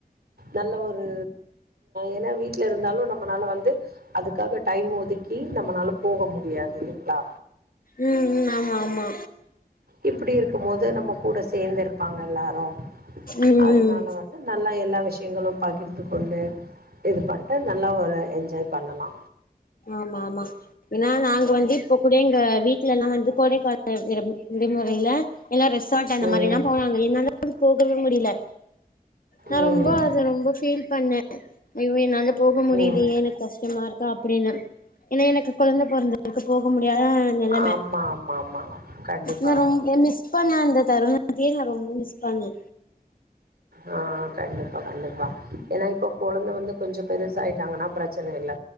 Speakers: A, on the right; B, on the left.
A: நல்ல ஒரு ஏனா வீட்ல இருந்தாலு நம்பனால வந்து அதுக்காக டைம் ஒதுக்கி நம்மனால போக முடியாது இல்லிங்ளா
B: ம் ம் ஆமா ஆமா
A: இப்டி இருக்கும் போது நம்ம கூட சேந்துருப்பாங்க எல்லாரு
B: ம்
A: அதனால
B: ம்
A: வந்து நல்லா எல்லா விஷயங்களு பாகிர்ந்து கொண்டு இது பண்ட்டு நல்லா ஒரு என்ஜாய் பண்ணலா
B: ஆமா ஆமா ஏனா நாங்க வந்து இப்ப கூட எங்க வீட் லல்லா வந்து கோடைக்கால விட விடுமுறையில எல்லா ரெசார்ட் அந்த
A: ம்.
B: மாரில்லா போவாங்க என்னால போகவே முடியல நா
A: ம்.
B: ரொம்ப அத ரொம்ப ஃபீல் பண்ண ஐயோ என்னால போக முடியிலயே
A: ம்.
B: எனக் கஷ்டமா இருக் கு அப்டின்னு ஏனா எனக்கு கொழந்த பொறந்திற்கு போக முடியாதா நெலம
A: ஆமா, ஆமா, ஆமா. கண்டிப்பா.
B: நா ரொம்ப மிஸ் இப்ப நா அந்த தருணத்தையே நா ரொம்ப மிஸ் பண்ண
A: ஆ கண்டிப்பா கண்டிப்பா ஏனா இப்ப கொழந்த வந்து கொஞ்சோ பெருசா ஆயிட்டாங்கன்னா பிரச்சன இல்ல